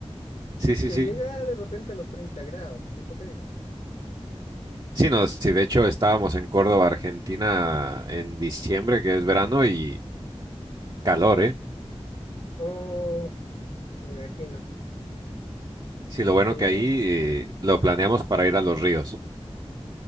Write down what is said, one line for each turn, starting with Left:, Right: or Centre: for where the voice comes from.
Right: Sí, sí,
Left: Se
Right: sí.
Left: llega de repente a los treinta grados, por eso te digo.
Right: Sí, no, sí, de hecho estábamos en Córdoba, Argentina, en diciembre, que es verano, y calor, ¿eh?
Left: Oh, me imagino,
Right: Sí, lo bueno
Left: me
Right: que
Left: imagino.
Right: ahí eh, lo planeamos para ir a los ríos.